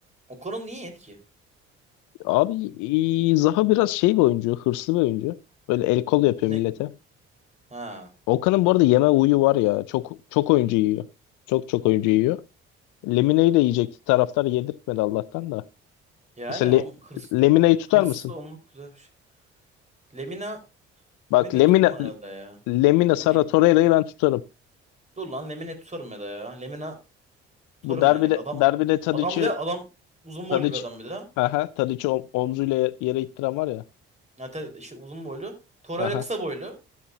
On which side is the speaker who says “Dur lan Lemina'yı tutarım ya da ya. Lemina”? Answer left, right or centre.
Right